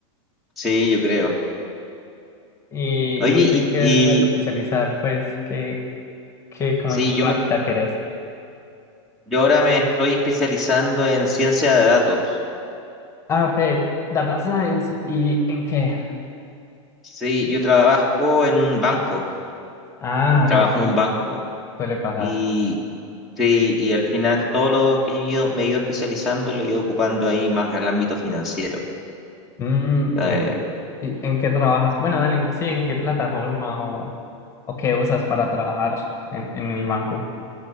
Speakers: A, in the centre; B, on the left.
A: Sí, yo creo.
B: ¿Y,
A: Oye,
B: y vos
A: y,
B: en qué
A: y
B: te vas a especializar? Pues, ¿qué, qué, como
A: sí,
B: en qué
A: yo
B: herramienta
A: me
B: querés?
A: Yo ahora me estoy especializando en ciencia de datos.
B: Ah, ok, Data Science. ¿Y en qué?
A: Sí, yo trabajo en un banco,
B: Ah, breve,
A: trabajo
B: sí,
A: en un banco
B: sí, suele pasar.
A: y sí, y al final todo lo que he ido, me he ido especializando lo he ido ocupando ahí más al ámbito financiero.
B: Mm,
A: Eh,
B: breve. ¿Y en qué trabajas? Bueno, dale, en- sí, ¿en qué plataforma o, o qué usas para trabajar en, en el banco?